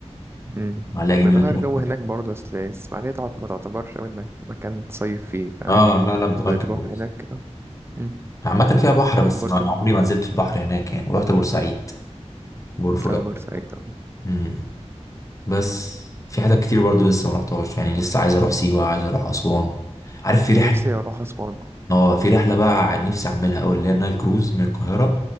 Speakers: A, on the right; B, on the left.
A: مم.
B: اسماعيلية جميلة
A: بتغير
B: تحفة
A: جو هناك برضه بس الإسماعيلية تعت- ما تعتبرش أوي إنك مكان تصيف فيه فاهم
B: اه لا لا بتغير
A: بتروح
B: جو بس
A: هناك اه. مم.
B: عامة فيها بحر بس
A: بورسعيد
B: ما عمري ما نزلت البحر هناك يعني ورحت بورسعيد بورفؤاد
A: أو بورسعيد أه.
B: امم بس في حاجات كتير برضه لسه ما رحتهاش يعني لسه عايز اروح سيوة عايز اروح اسوان عارف في رحلة
A: نفسي اروح اسوان اه
B: اه في رحلة بقى نفسي أعملها أوي اللي هي النايل كروز من القاهرة